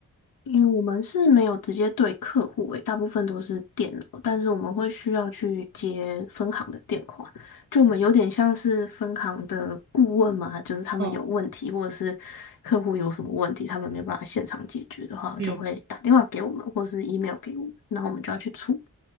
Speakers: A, on the left; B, on the right.
A: 因为我们是没有直接对客户诶，大部分都是电脑，但是我们会需要去接分行的电话，就我们有点像是分行的顾问嘛，就是他们有问题或者是客户有什么问题，
B: 嗯
A: 他们没办法现场解决的话，
B: 嗯嗯
A: 就会打电话给我们或是 email 给我们，然后我们就要去处理。